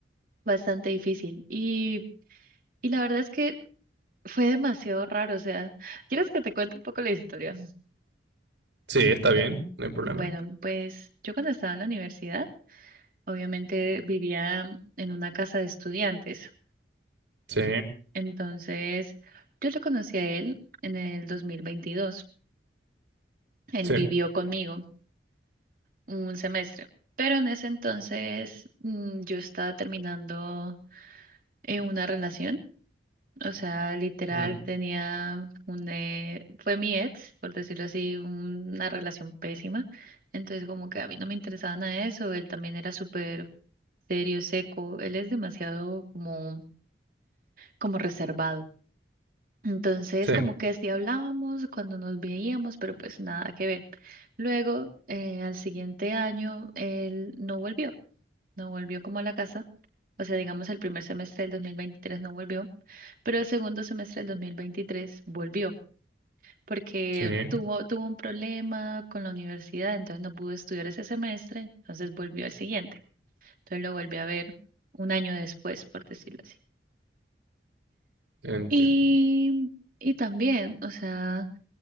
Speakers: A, on the right; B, on the right.
A: bastante difícil. Y, y la verdad es que fue demasiado raro, o sea, ¿quieres que te cuente un poco la historia?
B: sí, está bien, no hay problema.
A: Bueno, pues yo cuando estaba en la universidad, obviamente vivía en una casa de estudiantes.
B: Sí,
A: Entonces, yo lo conocí a él en el 2022. Él
B: sí,
A: vivió conmigo un semestre, pero en ese entonces mm, yo estaba terminando eh, una relación. O sea, literal
B: mm,
A: tenía un... eh, fue mi ex, por decirlo así, una relación pésima. Entonces como que a mí no me interesaba nada de eso. Él también era súper serio, seco. Él es demasiado como, como reservado. Entonces
B: sí,
A: como que sí hablábamos cuando nos veíamos, pero pues nada que ver. Luego, eh, al siguiente año, él no volvió no volvió como a la casa. O sea, digamos, el primer semestre del 2023 no volvió, pero el segundo semestre del 2023 volvió, porque
B: sí,
A: tuvo, tuvo un problema con la universidad, entonces no pudo estudiar ese semestre, entonces volvió al siguiente. Entonces lo volví a ver un año después, por decirlo así.
B: entiendo.
A: Y, y también, o sea...